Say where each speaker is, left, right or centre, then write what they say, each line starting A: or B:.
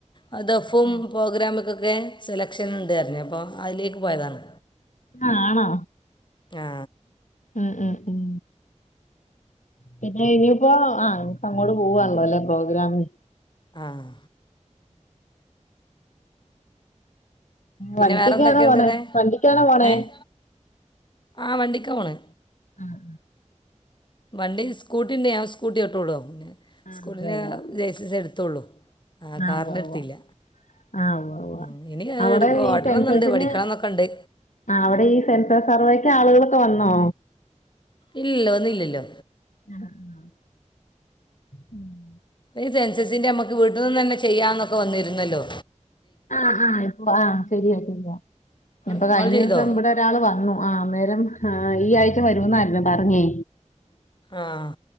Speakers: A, on the left; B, on the left.
A: അ ദഫും
B: ആഹ്
A: പ്രോഗ്രാമക്കൊക്കെ സെലക്ഷൻ ഉണ്ട് പറഞ് അപ്പൊ അയ്ലേക്ക് പോയതാണ്.
B: ആ ആണോ
A: ആ
B: ആ അ ഉം പിന്നെ ഇനിയിപ്പോ ആ പ്പോ അങ്ങോട്ട് പോവണല്ലോ ല്ലെ പ്രോഗ്രാമ്ന്
A: ആഹ് പിന്നെ
B: വണ്ടിക്കൊക്കെയാണോ
A: വേറെന്തൊക്കെയുണ്ട്ന്നെ
B: പോണേ വണ്ടിക്കാണോ പോണേ
A: ഏഹ് ആ വണ്ടിക്ക പോണ്
B: ആഹ്
A: വണ്ടി സ്കൂട്ടിയുണ്ട് ഞാൻ സ്കൂട്ടി ഓട്ടി <unintelligible> ചോള്
B: ആഹ്
A: സ്കൂട്ടിന്റെ
B: ഉവ്വ ഉവ്വ
A: ലൈസെൻസ് എടുത്തോള്ളു ആ കാറിന്റെ
B: ആഹ് ഉവ്വ
A: എടുത്തില്ല
B: ഉവ്വ ആഹ് ഉവ്വ ഉവ്വ
A: ഉം ഇനി
B: അവിടെ ഈ
A: ഓടണന്നുണ്ട്
B: സെൻസസിന്
A: പഠിക്കണംന്നൊക്കെണ്ട്.
B: ആഹ് അവിടെ ഈ സെൻസർ സർവേക്ക് ആളുകളൊക്കെ വന്നോ
A: ഇല്ലയില്ല വന്നില്ലല്ലോ
B: <inaudible> ഉം <inaudible>
A: ഈ സെൻസസിന്റെ നമ്മക്ക് വീട്ടിനിന്ന് തന്നെ ചെയ്യാന്നൊക്കെ വന്നിര്ന്നല്ലോ
B: ആഹ് ആഹ് ഇപ്പ ആ ശരിയായിട്ടില്ല ഇപ്പ
A: നിങ്ങൾ
B: കഴിഞ്ഞ
A: ചെയ്തോ
B: ദെവസം ഇവിടെ- ഒരാള് വന്നു ആ അന്നേരം ഈ ആഴ്ച വരുവന്നായിരുന്നു പറഞ്ഞേ
A: ആഹ്